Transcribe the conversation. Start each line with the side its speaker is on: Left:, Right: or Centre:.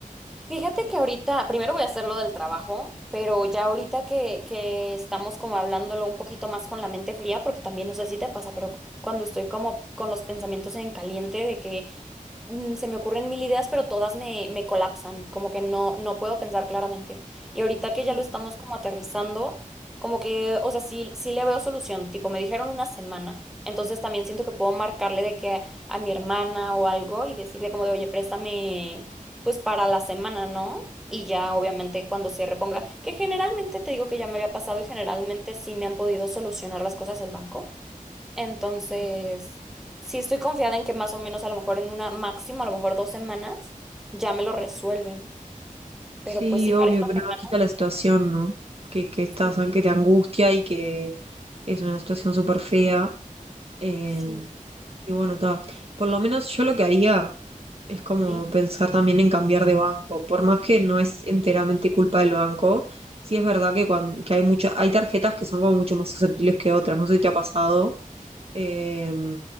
Centre: Fíjate que ahorita, primero voy a hacer lo del trabajo, pero ya ahorita que, que estamos como hablándolo un poquito más con la mente fría, porque también no sé si te pasa, pero cuando estoy como con los pensamientos en caliente de que mm, se me ocurren mil ideas, pero todas me, me colapsan, como que no, no puedo pensar claramente. Y ahorita que ya
Right: Claro,
Centre: lo estamos como aterrizando, como que, o sea, sí, sí le veo solución, tipo, me dijeron una semana. Entonces también siento que puedo marcarle de que a mi hermana o algo y decirle como de, oye, préstame pues para la semana, ¿no? Y ya obviamente cuando se reponga, que generalmente te digo que ya me había pasado y generalmente sí me han podido solucionar las cosas el banco. Entonces,
Right: Sí.
Centre: sí estoy confiada en que más o menos a lo mejor en una máxima, a lo mejor dos semanas, ya me lo resuelven.
Right: Sí,
Centre: Pero pues sí,
Right: obvio,
Centre: para esta
Right: pero
Centre: semana
Right: no quita la situación, ¿no? Que, que estás,
Centre: sí,
Right: que te angustia y que es una situación súper fea. eh,
Centre: sí,
Right: y bueno, está. Por lo menos yo lo que haría. Es como
Centre: sí.
Right: pensar también en cambiar de banco, por más que no es enteramente culpa del banco, sí es verdad que, cuan- que hay mucha, hay tarjetas que son como mucho más susceptibles que otras, no sé si te ha pasado, eh,